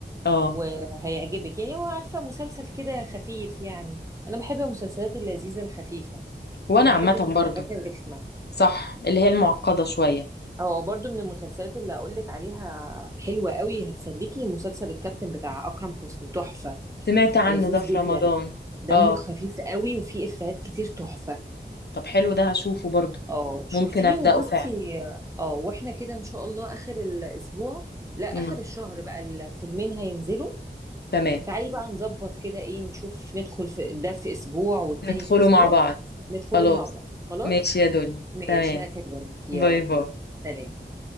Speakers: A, on the left; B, on the right.
A: اه
B: وهيعجبك يعني هو عارفه مسلسل كده خفيف يعني انا بحب المسلسلات اللذيذه الخفيفه
A: وانا
B: ما بحبش
A: عامه
B: الحاجات
A: برضه
B: الرخمه
A: صح اللي هي المعقده شويه
B: اه برضو من المسلسلات اللي اقولك عليها حلوه قوي هتسليكي مسلسل الكابتن بتاع اكرم حسني تحفه
A: سمعت عنه
B: لذيذ
A: ده في
B: جدا
A: رمضان
B: دمه
A: اه
B: خفيف قوي وفيه افيهات كتير تحفه
A: طب حلو ده هشوفه برضه
B: اه شوفيه
A: ممكن ابداه
B: مم. وبصي
A: فعلا
B: اه واحنا كده ان شاء الله اخر الاسبوع لا اخر
A: امم
B: الشهر بقى الفيلمين هينزلوا
A: تمام
B: تعالي بقى نظبط كده ايه نشوف ندخل في ده في اسبوع والتاني
A: ندخله
B: في اسبوع
A: مع بعض
B: ندخله
A: خلاص
B: مع بعض خلاص
A: ماشي يا دنيا
B: ماشي
A: تمام
B: هكلمك يلا
A: باي باي
B: سلام